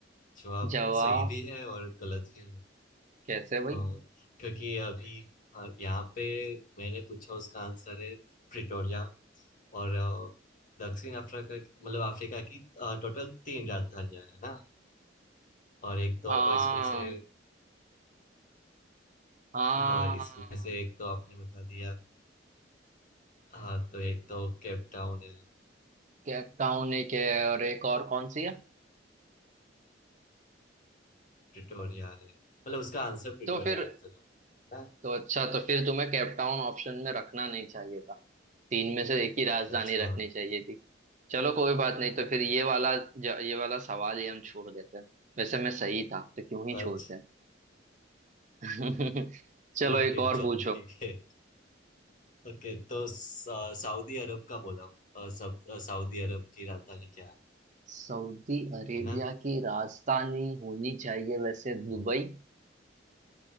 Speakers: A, on the left; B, on the right.
A: जवाब
B: जवा
A: सही भी है और गलत भी है
B: कैसे भाई
A: हाँ क्योंकि अभी हाँ, यहाँ पे मैंने पूछा उसका आंसर है प्रिटोरिया और अ, दक्षिण अफ्रीका मतलब अफ्रीका की टोटल तीन राजधानियां है ना और एक तो
B: हाँ
A: इसमें से
B: हाँ
A: हाँ इसमें से एक तो आपने बता दिया हाँ तो एक तो केप टाउन है
B: कैपटाउन एक है और एक और कौन सी है
A: प्रिटोरिया है मतलब उसका आंसर प्रिटोरिया
B: तो फिर
A: है चलो ना
B: तो अच्छा तो फिर तुम्हें कैपटाउन ऑप्शन में रखना नहीं चाहिए था तीन में से एक ही राजधानी
A: अच्छा
B: रखनी चाहिए थी चलो कोई बात नहीं तो फिर ये वाला ज, ये वाला सवाल ही हम छोड़ देते हैं वैसे मैं सही था तो क्यों ही
A: अच्छा
B: छोड़ते हैं <laughs> चलो
A: ओके
B: एक और
A: चलो
B: पूछो
A: ठीक है ओके तो सा- सऊदी अरब का बोला अ, सब अ, सऊदी अरब की राजधानी क्या है
B: सऊदी अरेबिया
A: है ना
B: की राजधानी होनी चाहिए वैसे दुबई
A: वो-